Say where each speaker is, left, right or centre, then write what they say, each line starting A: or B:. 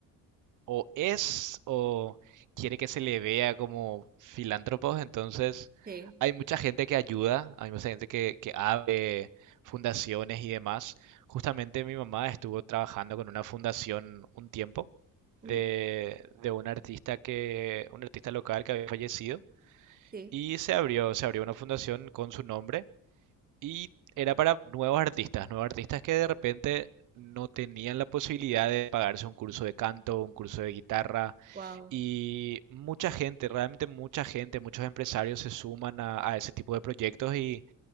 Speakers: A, on the right; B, on the right.
A: o es o quiere que se le vea como filántropos, entonces
B: Sí.
A: hay mucha gente que ayuda, hay mucha gente que, que abre fundaciones y demás. Justamente mi mamá estuvo trabajando con una fundación un tiempo
B: Ujú.
A: de, de un artista que, un artista local que había fallecido
B: Sí.
A: y se abrió, se abrió una fundación con su nombre y era para nuevos artistas, nuevos artistas que de repente no tenían la posibilidad de pagarse un curso de canto, un curso de guitarra.
B: Wow.
A: Y mucha gente, realmente mucha gente, muchos empresarios se suman a, a ese tipo de proyectos y,